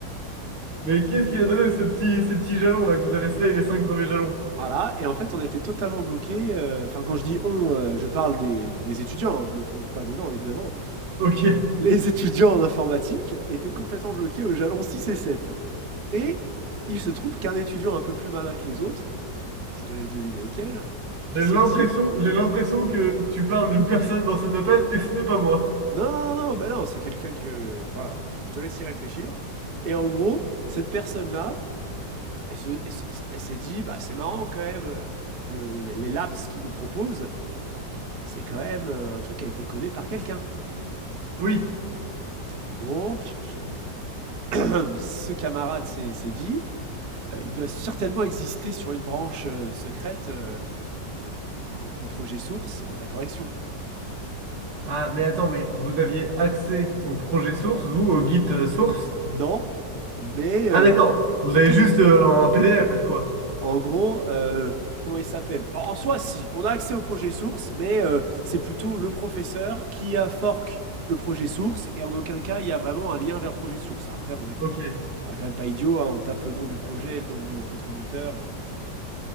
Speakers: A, on the right (about 80°); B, on the right (about 45°).
A: Mais qu'est-ce qu'il a donné ce petit, ces petits jalons là que vous avez slay les cinq premiers jalons?
B: Voilà, et en fait, on était totalement bloqué. Enfin, quand je dis on, euh, je parle des, des étudiants, hein, je me compte pas dedans, évidemment.
A: Ok.
B: Euh, les <laughs> étudiants en informatique étaient complètement bloqués au jalon 6 et 7. Et il se trouve qu'un étudiant un peu plus malin que les autres, je te laisse deviner lequel,
A: J'ai
B: s'est
A: l'impression,
B: dit
A: j'ai l'impression que tu parles d'une personne dans cet appel et ce n'est pas moi.
B: Non, non, non, non, bah non, c'est quelqu'un que. Voilà, bon, je te laisse y réfléchir. Et en gros, cette personne-là, elle se- elle se- elle s'est dit, bah c'est marrant quand même, euh, le- les labs qu'ils nous proposent, c'est quand même euh, un truc qui a été codé par quelqu'un.
A: Oui.
B: Donc, je- <clears throat> ce camarade s'est dit, euh, il doit certainement exister sur une branche euh, secrète euh, euh, du, du projet source, euh, la correction.
A: Ah, mais attends, mais vous aviez accès au projet source, vous, au guide euh, source?
B: Non, mais euh,
A: Ah d'accord. Vous
B: peut-être
A: avez juste euh, un PDF, quoi.
B: En gros, euh, comment il s'appelle Bon, En soi, si, on a accès au projet source, mais euh, c'est plutôt le professeur qui a fork le projet source, et en aucun cas, il y a vraiment un lien vers le projet source. Après, on est,
A: Ok.
B: on est quand même pas idiot, hein, on tape le nom du projet, le nom du contributeur, et,